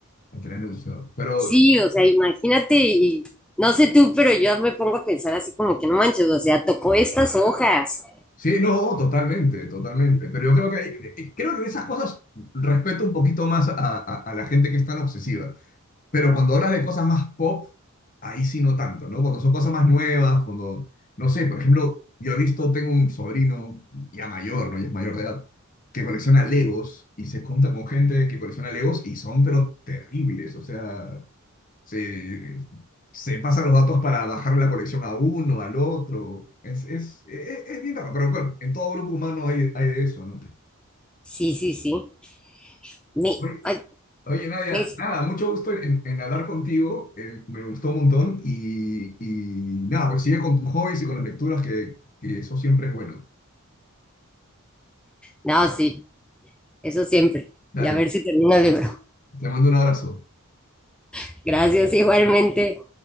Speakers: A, on the left (about 35°); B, in the centre.
A: material de museo. Pero
B: sí, o sea, imagínate y no sé tú, pero yo me pongo a pensar así como que no manches, o sea, tocó estas hojas.
A: sí, no, totalmente, totalmente. Pero yo creo que hay- creo que en esas cosas respeto un poquito más a, a- a la gente que es tan obsesiva. Pero cuando hablas de cosas más pop, ahí sí no tanto, ¿no? Cuando son cosas más nuevas, cuando, no sé, por ejemplo, yo he visto, tengo un sobrino ya mayor, ¿no? Ya es mayor de edad, que colecciona Legos y se junta con gente que colecciona Legos y son, pero terribles, o sea, se, se pasan los datos para bajar la colección a uno, al otro, es, es, es, es bien raro, pero bueno, en todo grupo humano hay, hay de eso, ¿no?
B: Sí, sí, sí. Me,
A: Oye,
B: ay,
A: Oye, Nadia,
B: me
A: nada, mucho gusto en, en hablar contigo, eh, me gustó un montón y, y nada, pues sigue con tus hobbies y con las lecturas que, que eso siempre es bueno.
B: No, sí, eso siempre.
A: Dale,
B: Y a ver si termino el libro.
A: te mando un abrazo.
B: <laughs> Gracias igualmente.